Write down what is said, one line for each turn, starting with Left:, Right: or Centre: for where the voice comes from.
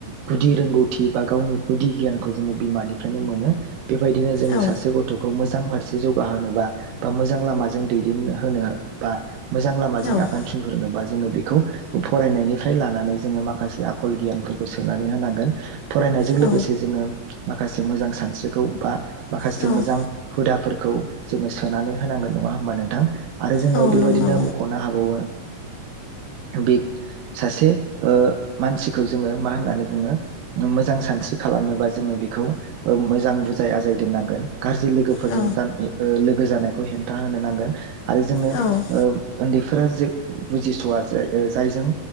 Right: गुदि रोंगौथि बा गावनि गुदि गियानखौ जोङो बिमानिफ्रायनो मोनो। बेबायदिनो जोङो
Left: औ
Right: सासे गथ'ख खौ मोजां फारसे जौगाहोबा बा मोजां लामाजों दैदेन होनो बा मोजां लामाजों
Left: औ
Right: आगान सुरहोरनोबा जोङो बेखौ फरायनायनिफ्राय लानानै जोङो माखासे आखल गियानफोर खौ सोननानै होनांगोन। फरायनायजों
Left: औ
Right: लोगोसे जोङो माखासे मोजां सानस्रिखौ बा माखासे
Left: औ
Right: मोजां हुदाफोर खौ जोङो सोनानै होनांगोन नङा होमबा नोंथां? आरो जोङो
Left: औ
Right: बेबायदिनो
Left: नंगौ
Right: मख'नो हाबावो बे सासे ओ मानसिखौ जोङो मा होननानै बुङो मोजां सानस्रि खालामनोबा जोङो बेखौ ओ मोजां बुजाय-आजाय दोननांगोन। गाज्रि लोगोफोरजों
Left: औ
Right: जा ओ लोगो जानायखौ हेंथा होनो नांगोन। आरो जोङो
Left: औ
Right: ओ उन्दै फोरा जे बुजिस'या जाय ओ जायजों